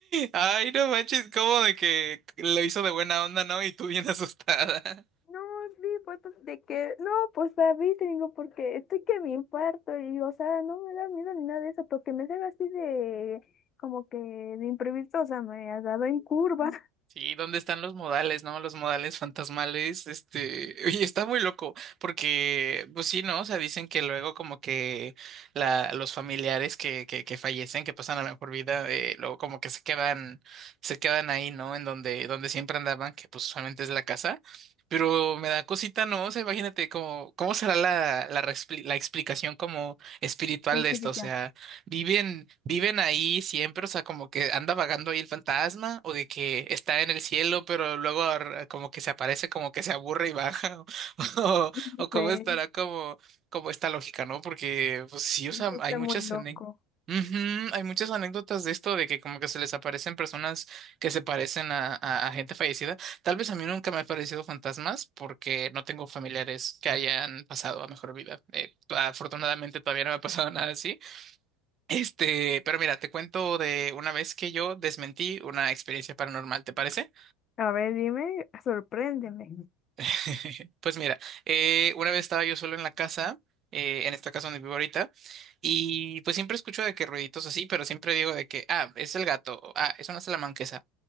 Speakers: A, on the right; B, on the left.
A: Ay, no manches, como de que lo hizo de buena onda, ¿no? Y tú bien asustada.
B: No, sí, pues, pues, de que, no, pues, David, te digo, porque estoy que me infarto, y, o sea, no me da miedo ni nada de eso, porque me sale así de, como que de imprevisto, o sea, me ha dado en curva. <laughs>
A: Sí, ¿dónde están los modales, no? Los modales fantasmales, este, <laughs> y está muy loco, porque, pues sí, ¿no? O sea, dicen que luego como que la, los familiares que, que, que fallecen, que pasan a la mejor vida, eh, luego como que se quedan, se quedan ahí, ¿no? En donde, donde siempre andaban, que pues usualmente es la casa, pero me da cosita, ¿no? O sea, imagínate cómo, cómo será la, la, respli- la explicación como espiritual
B: La
A: de
B: chica
A: esto, o sea.
B: ya,
A: Viven, viven ahí siempre, o sea, como que anda vagando ahí el fantasma, o de que está en el cielo, pero luego ar- como que se aparece, como que se aburre y baja, <laughs> o,
B: no
A: o cómo
B: sé.
A: estará como, como esta lógica, ¿no? Porque, pues sí,
B: Sí,
A: o sea,
B: sí, Está
A: hay muchas
B: muy loco.
A: anécdotas. hay muchas anécdotas de esto, de que como que se les aparecen personas que se parecen a, a, a gente fallecida. Tal vez a mí nunca me han parecido fantasmas porque no tengo familiares que hayan pasado a mejor vida. Eh, afortunadamente todavía no me ha pasado <laughs> nada así. Este, pero mira, te cuento de una vez que yo desmentí una experiencia paranormal, ¿te parece?
B: A ver, dime, sorpréndeme.
A: <laughs> Pues mira, eh, una vez estaba yo solo en la casa, eh, en esta casa donde vivo ahorita, y pues siempre escucho de que ruiditos así, pero siempre digo de que, ah, es el gato, o, ah, es una salamanquesa,